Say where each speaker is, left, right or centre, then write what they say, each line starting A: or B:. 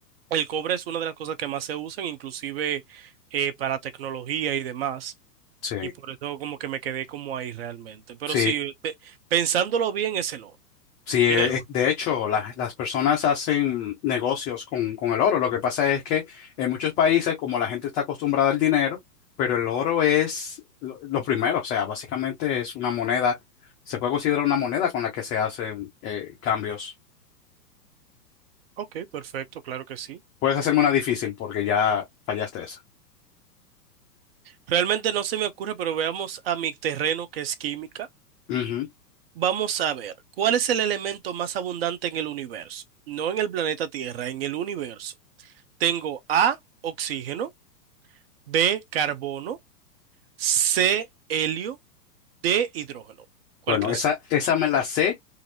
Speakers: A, on the right; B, on the left.
A: el cobre es una de las cosas que más se usan, inclusive eh, para tecnología y demás.
B: sí,
A: Y por eso como que me quedé como ahí realmente. Pero
B: sí.
A: sí, pe- pensándolo bien, es el oro.
B: Sí, eh,
A: Tiene lógica.
B: eh, de hecho, las, las personas hacen negocios con, con el oro. Lo que pasa es que en muchos países, como la gente está acostumbrada al dinero, pero el oro es lo, lo primero, o sea, básicamente es una moneda, se puede considerar una moneda con la que se hacen eh, cambios.
A: Ok, perfecto, claro que sí.
B: Puedes hacerme una difícil porque ya fallaste esa.
A: Realmente no se me ocurre, pero veamos a mi terreno que es química.
B: Ujú.
A: Vamos a ver, ¿cuál es el elemento más abundante en el universo? No en el planeta Tierra, en el universo. Tengo A, oxígeno, B, carbono, C, helio, D, hidrógeno. ¿Cuál
B: Bueno,
A: crees
B: esa,
A: tú?
B: esa me la sé